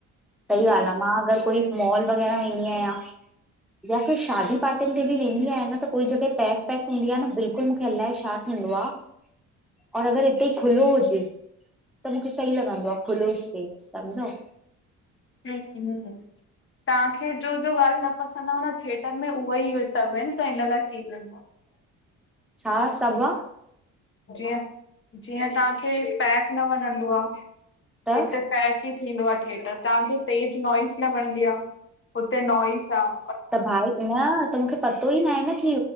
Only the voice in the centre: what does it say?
सही ॻाल आ मां अगर कोई मॉल वग़ैरह वेंदी आयां। या फिर शादी पार्टियुन ते ॿि वेंदी आया न त कोई जॻह पैक-वैक हूंदी आ न बिल्कुलु मुखे अलाए छा थींदो आ और अगर हिते ई खुलो हुजे त मूंखे सही लॻंदो आह खुलो स्पेस समुझो।
छा सभ आह।
त
त भाई न त मूंखे पतो ई न आहे न की